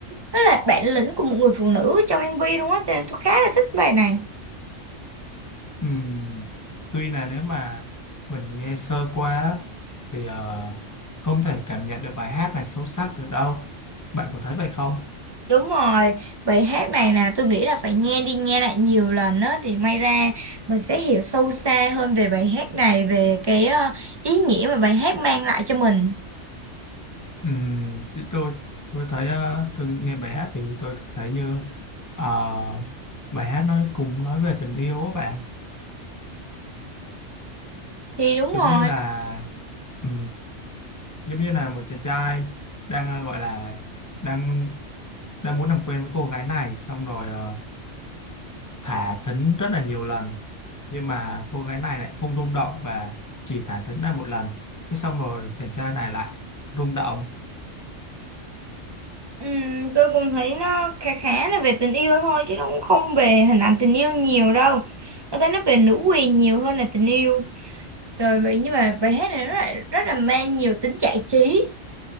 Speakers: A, on the right; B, on the left.
A: rất là bản lĩnh của một người phụ nữ trong MV luôn á cho nên tôi khá là thích bài này
B: Ừm, tuy là nếu mà mình nghe sơ qua thì ờ, không thể cảm nhận được bài hát này sâu sắc được đâu bạn có thấy vậy không
A: Đúng rồi, bài hát này nè tôi nghĩ là phải nghe đi nghe lại nhiều lần á thì may ra mình sẽ hiểu sâu xa hơn về bài hát này, về cái ờ, ý nghĩa mà bài hát mang lại cho mình.
B: Ừ, thì tôi tôi thấy ờ, tôi nghe bài hát thì tôi cảm thấy như ờ, bài hát nói cùng nói về tình yêu á bạn
A: Thì đúng
B: giống
A: rồi,
B: như là ừ, giống như là một chàng trai đang ờ, gọi là đang đang muốn làm quen với cô gái này xong rồi ờ, thả thính rất là nhiều lần nhưng mà cô gái này lại không rung động và chỉ thả thính lại một lần cái xong rồi chàng trai này lại rung động
A: ừm, tôi cũng thấy nó khá khá là về tình yêu thôi chứ nó cũng không về hình ảnh tình yêu nhiều đâu. Tôi thấy nó về nữ quyền nhiều hơn là tình yêu. Rồi vậy nhưng mà bài hát này nó lại rất là mang nhiều tính giải trí.